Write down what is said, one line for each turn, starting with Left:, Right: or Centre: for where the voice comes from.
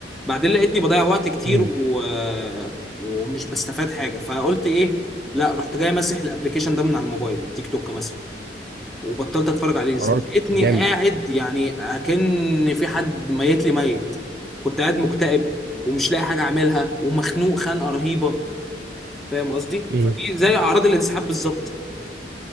Centre: بعدين لقيتني بضيع وقت كتير
Right: مم.
Centre: و... آه، ومش بستفاد حاجه فقلت ايه لا رحت جاي ماسح الابلكيشن ده من على الموبايل تيك توك مثلا وبطلت اتفرج عليه
Right: قرار
Centre: لقيتني
Right: جامد
Centre: قاعد يعني اكن في حد ميت لي ميت كنت قاعد مكتئب ومش لاقي حاجه اعملها ومخنوق خنقه رهيبه فاهم قصدي
Right: مم.
Centre: فدي زي اعراض الانسحاب بالظبط